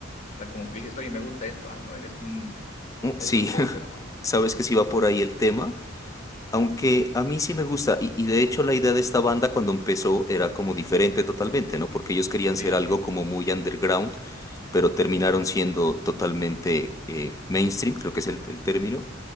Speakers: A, on the left; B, on the left.
A: O sea, como que le dices, oye, me gusta esto, ah, no, eres un
B: Mm,
A: Eres
B: Sí,
A: un póster
B: <laughs>
A: nomás.
B: sabes que sí va por ahí el tema. Aunque a mí sí me gusta, y, y de hecho la idea de esta banda cuando empezó era como diferente totalmente, ¿no? Porque ellos querían ser
A: Sí,
B: algo
A: sí.
B: como muy underground, pero terminaron siendo totalmente eh, mainstream, creo que es el, el término.